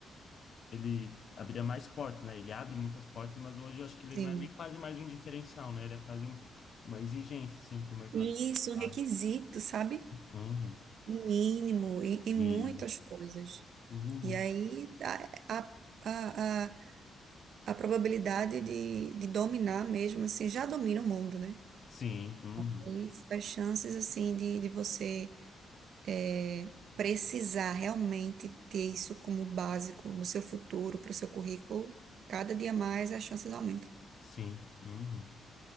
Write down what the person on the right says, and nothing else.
Sim.
E isso é
um requisito, sabe?
Mínimo em, em
muitas coisas.
E aí a, a, a, a, a probabilidade de, de dominar mesmo, assim, já domina o mundo, né?
Mas as chances, assim, de, de você é, precisar realmente ter isso como básico no seu futuro, para o seu currículo, cada dia mais as chances aumentam.